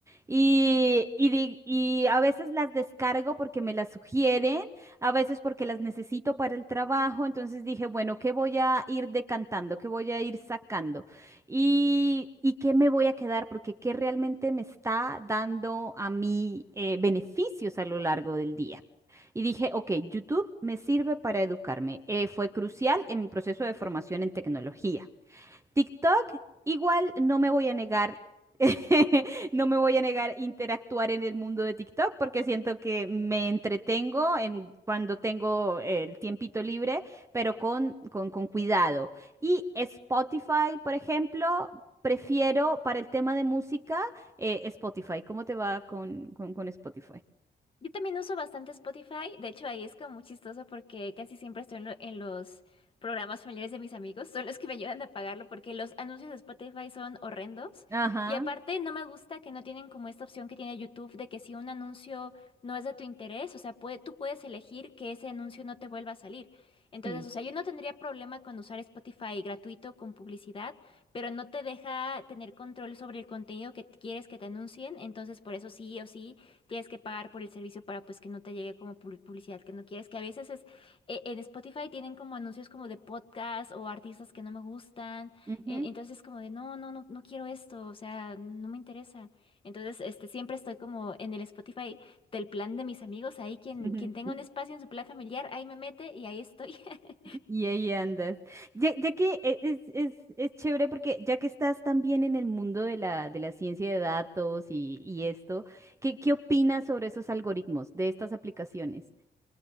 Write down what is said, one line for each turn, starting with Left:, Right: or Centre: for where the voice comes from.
Right: y, y, di- y a veces las descargo porque me las sugieren, a veces porque las necesito para el trabajo, entonces dije, bueno, ¿qué voy a ir decantando? ¿Qué voy a ir sacando? ¿Y, y qué me voy a quedar? Porque ¿qué realmente me está dando a mí eh, beneficios a lo largo del día? Y dije, ok, YouTube me sirve para educarme. Eh, fue crucial en mi proceso de formación en tecnología. TikTok, igual no me voy a negar, <laughs> no me voy a negar interactuar en el mundo de TikTok porque siento que me entretengo en, cuando tengo el tiempito libre, pero con, con, con cuidado. Y Spotify, por ejemplo, prefiero para el tema de música, eh, Spotify. ¿Cómo te va con, con, con Spotify?
Left: Yo también uso bastante Spotify, de hecho ahí es como muy chistoso porque casi siempre estoy en, lo- en los programas familiares de mis amigos, son los que me ayudan a pagarlo porque los anuncios de Spotify son horrendos
Right: Ajá,
Left: y aparte no me gusta que no tienen como esta opción que tiene YouTube de que si un anuncio no es de tu interés, o sea, puede- tú puedes elegir que ese anuncio no te vuelva a salir. Entonces,
Right: sí.
Left: o sea, yo no tendría problema con usar Spotify gratuito con publicidad, pero no te deja tener control sobre el contenido que quieres que te anuncien, entonces por eso sí o sí tienes que pagar por el servicio para pues que no te llegue como pu- publicidad que no quieres, que a veces es e- en Spotify tienen como anuncios como de podcast o artistas que no me gustan,
Right: Ujú.
Left: en- entonces es como de no, no, no, no quiero esto, o sea, no me interesa. Entonces, este, siempre estoy como en el Spotify del plan de mis amigos, ahí quien,
Right: Ujú.
Left: quien tenga
Right: <laughs>
Left: un espacio en su plan familiar, ahí me mete y ahí estoy. <laughs>
Right: Y ahí andas. Ya, ya que e- es, es, es chévere porque ya que estás también en el mundo de la, de la ciencia de datos y, y esto, ¿qué, qué opinas sobre esos algoritmos de estas aplicaciones?